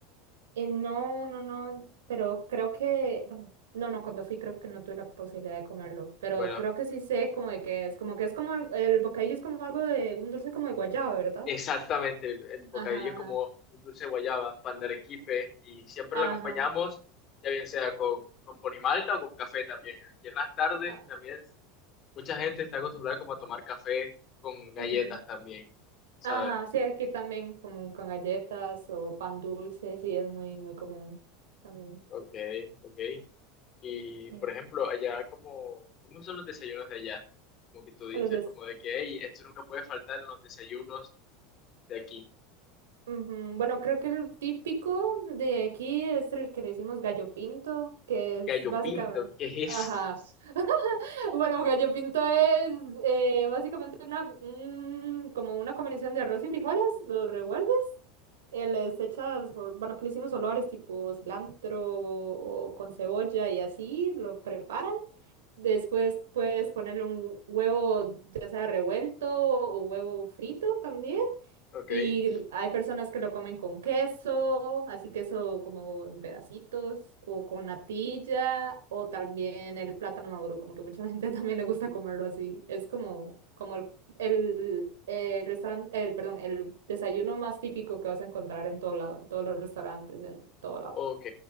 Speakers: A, on the right; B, on the left.
A: Eh, no, no, no, pero creo que, bueno, no, no, cuando fui creo que no tuve la posibilidad de comerlo, pero
B: Bueno,
A: creo que sí sé como de qué es, como que es como al- el, bocadillo es como algo de, un dulce como de guayaba, ¿verdad?
B: exactamente, el, el bocadillo
A: Ajá,
B: es
A: ajá,
B: como un dulce de guayaba, pan de arequipe, y siempre
A: ajá,
B: lo acompañamos, ya bien sea con, con ponimalta o con café también. Aquí en las tardes
A: ah,
B: también mucha gente está acostumbrada como a tomar café con galletas
A: ujú.
B: también, ¿sabes?
A: Ajá, sí, aquí también como con galletas o pan dulce, sí, es muy, muy común también.
B: Ok, ok. Y,
A: Sí.
B: por ejemplo, allá como, ¿cómo son los desayunos de allá? Como que tú dices
A: Los des-
B: como de que, hey, esto nunca puede faltar en los desayunos de aquí.
A: ujú, Bueno, creo que el típico de aquí es el que le decimos gallo pinto, que es
B: Gallo
A: básicamente...
B: pinto, ¿qué es
A: Ajá.
B: eso?
A: <laughs> Bueno, porque yo pinto es eh, básicamente una, un- como una combinación de arroz y frijoles, los revuelves, eh, les echas, ol- bueno, que le hicimos olores tipo cilantro o, o con cebolla y así, lo preparan. Después puedes ponerle un huevo ya sea revuelto o huevo frito también.
B: <laughs> Ok.
A: Y hay personas que lo comen con queso, así queso como en pedacitos, o con natilla, o también el plátano maduro, como que mucha gente <laughs> también le gusta comerlo así. Es como, como el, el, el, restaurante el, perdón, el desayuno más típico que vas a encontrar en todo lado, en todos los restaurantes, en todo lado.
B: Ok,